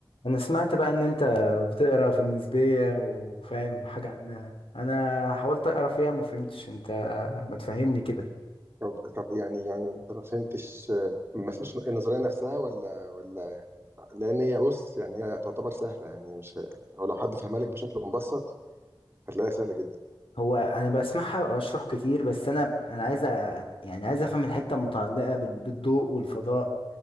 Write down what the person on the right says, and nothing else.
طب طب يعني يعني انت ما فهمتش ما فهمتش النظريه نفسها ولا ولا لان هي بص يعني هي تعتبر سهله يعني مش هو لو حد فهمها لك بشكل مبسط هتلاقيها سهله جدا